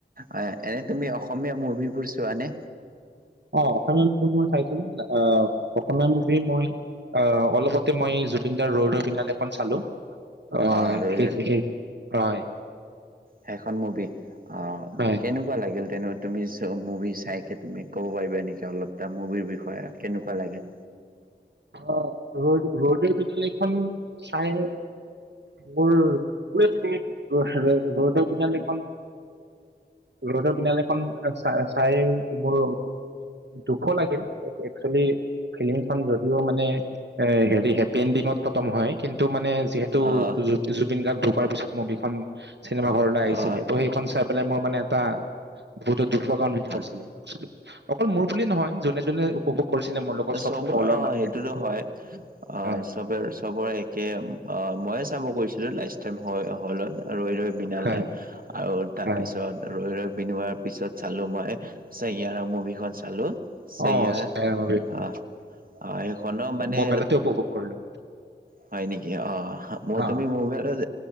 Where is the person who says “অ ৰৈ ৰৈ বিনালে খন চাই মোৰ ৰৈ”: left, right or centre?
Right